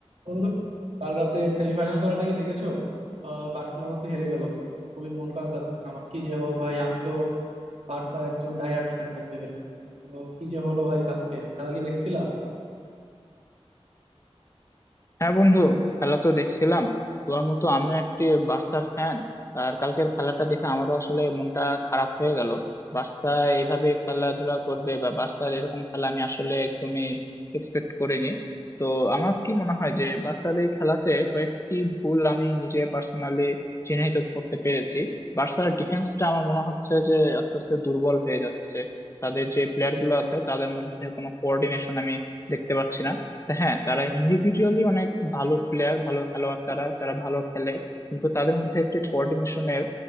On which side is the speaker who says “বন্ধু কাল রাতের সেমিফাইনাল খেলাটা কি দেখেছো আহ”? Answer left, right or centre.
Right